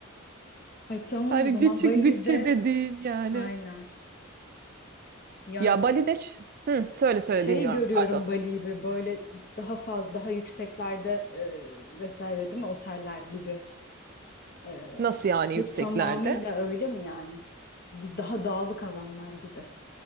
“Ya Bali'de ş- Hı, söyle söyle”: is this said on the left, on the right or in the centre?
Right